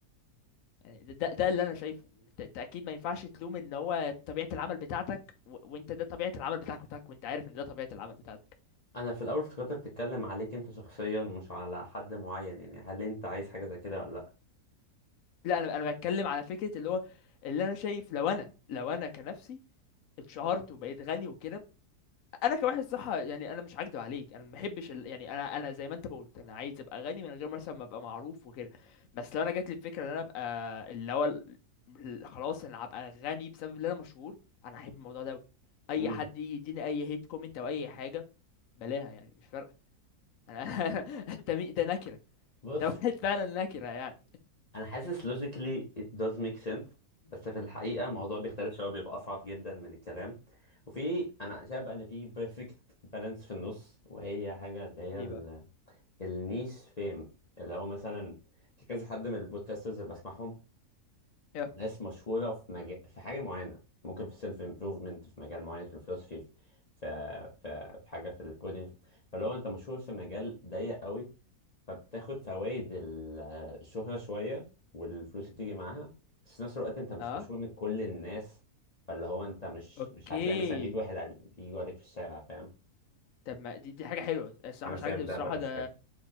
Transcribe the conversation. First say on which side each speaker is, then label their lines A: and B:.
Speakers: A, on the left; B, on the left.
A: يعني ده, ده, ده اللي انا شايفه انت, انت اكيد ما ينفعش تلوم ان هو طبيعه العمل بتاعتك و... وانت ده طبيعه العمل بتاعك بتاعك وانت عارف ان ده طبيعه العمل بتاعتك
B: انا في الاول افتكرت بتتكلم عليك انت شخصيا مش على حد معين يعني هل انت عايز حاجه زي كده ولا لا
A: لا انا انا بتكلم على فكره اللي هو اللي انا شايف لو انا لو انا كنفسي اتشهرت وبقيت غني وكده انا كواحد صح يعني انا مش هكدب عليك انا ما بحبش ال... يعني انا انا زي ما انت ما قلت انا عايز ابقى غني من غير مثلا ما ابقى معروف وكده بس لو انا جات لي الفكره ان انا ابقى اللي هو ال- ال- خلاص انا هبقى غني بسبب ان انا مشهور انا احب الموضوع ده أوي. اي
B: امم
A: حد يجي يديني اي هيت كومنت او اي حاجه بلاها يعني مش فارقه انا <laughs> انت مين ده نكره
B: بص
A: ده واحد فعلا نكره يعني
B: انا حاسس logically it does make sense بس في الحقيقه الموضوع بيختلف شويه بيبقى اصعب جدا من الكلام وفي انا شايف بقى ان في perfect balance في النص وهي حاجه اللي هي
A: ايه
B: ال-
A: بقى
B: النيش فيم اللي هو مثلا في كذا حد من البودكاسترز اللي بسمعهم
A: يا.
B: ناس مشهوره في مجال في حاجه معينه ممكن في سيلف امبروفمنت في مجال معين في الفلوسفي في في في في حاجه في الكودينج فاللي هو انت مشهور في مجال ضيق قوي فبتاخد فوائد ال- الشهرة شوية والفلوس اللي بتيجي معاها بس في نفس الوقت انت مش
A: اه
B: مشهور من كل الناس فاللي هو انت مش
A: اوكي
B: مش هتلاقي مثلا 100 واحد على- بيجوا عليك في الشارع فاهم
A: طب ما دي دي حاجة حلوة الصراحة
B: انا
A: مش
B: شايف
A: عاجبني
B: ده
A: بصراحة
B: بالانس
A: ده
B: حلو